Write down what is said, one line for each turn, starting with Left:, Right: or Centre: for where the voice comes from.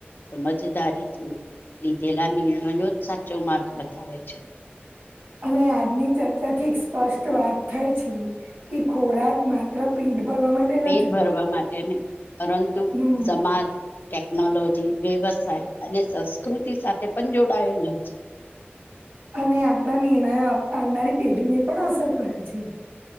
Left: સમજદારીથી, લીધેલા નિર્ણયો જ સાચો માર્ગ બતાવે છે.
Right: અને આજની ચર્ચા થી એક સ્પષ્ટ વાત થઈ છે, કે ખોરાક માત્ર પેટ ભરવા માટે
Left: પેટ
Right: નથી
Left: ભરવા માટે નહી, પરંતુ
Right: હમ.
Left: સમાજ ટેકનોલોજી, વ્યવસાય અને સંસ્કૃતિ સાથે પણ જોડાયેલો છે.
Right: અને આપણા નિર્ણયો, આવનારી પેઢીને પણ અસર કરે છે.